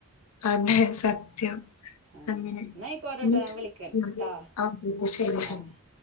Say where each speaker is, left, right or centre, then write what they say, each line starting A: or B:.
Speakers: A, on the left; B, on the right.
A: അതെ സ ത്യം
B: ആഹ്
A: അങ്ങനെ
B: ന്നാ അയ്ക്കോട്ടെട്ടോ
A: <unintelligible>
B: ഞാൻ വിളിക്കണ്ട് ട്ടോ ആഹ്